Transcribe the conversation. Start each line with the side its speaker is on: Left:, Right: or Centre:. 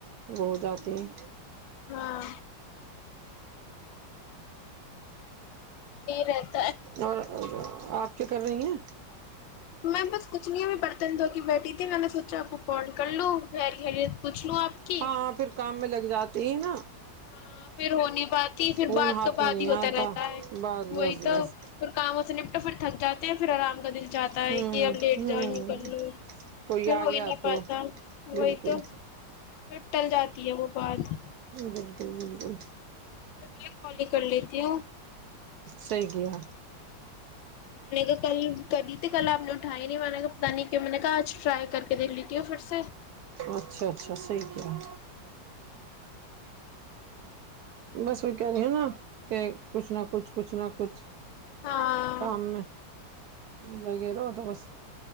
Right: ہو جاتے ہیں
Left: ہاں <inaudible>
Right: اور آپ کیا کر رہی ہیں
Left: میں بس کچھ نہیں میں برتن دھوک بیٹھی تھی میں نے سوچا آپ کو کال کر لوں خیر خیریت پوچھ لو اپ کی
Right: ہاں پھر کام میں لگ جاتا تین
Left: ہاں پھر ہو نہیں پاتی پھر
Right: فون
Left: بعد
Right: ہاتھ
Left: کا بعد
Right: میں نہیں
Left: ہی ہوتا
Right: آتا
Left: رہتا ہے
Right: بس
Left: وہی
Right: بس
Left: تو
Right: بس
Left: پھر کام ہو سے نپٹا پھر تھک جاتا ت پھر آرام کا د جاتا ہے
Right: ہوں
Left: کہ اب لیٹ
Right: ہوں
Left: جوں کر لوں
Right: کوئی
Left: پھر
Right: آ
Left: ہو
Right: گیا
Left: ہی نہیں
Right: تو
Left: پاتا وہی
Right: بالکل
Left: تو پھر ٹل جاتی ہے وہ بات
Right: بالکل بالکل
Left: تو میں کالی کر لیتی ہوں
Right: صحیح کیا
Left: میں نے کہ کل کری تھی کل آپ نے اٹھاائی نہیں میں نے کہ پتا نہیں کیا میں نے کہا آج ٹرائی کر کے دیکھ لیتی ہو پھر سے
Right: اچھا اچھا صحیح کیا ہے بس وہ کہہ رہی ہو نا کہ کچھ نہ کچھ کچھ نہ کچھ
Left: ہاں
Right: کام میں لگے رہو تو بس